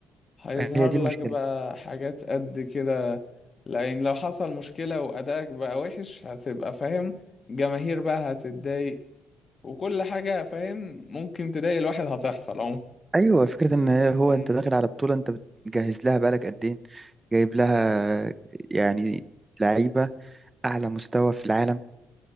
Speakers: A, on the left; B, on the right.
A: هيظهر
B: هي دي المشكلة
A: لك بقى حاجات قد كده لأن لو حصل مشكلة وأدائك بقى وحش هتبقى فاهم جماهير بقى هتتضايق وكل حاجة فاهم ممكن تضايق الواحد هتحصل عموما
B: أيوة فكرة إن هو
A: مم.
B: أنت داخل على بطولة أنت بتجهز لها بقالك قد إيه جايب لها آه، يعني لعيبة أعلى مستوى في العالم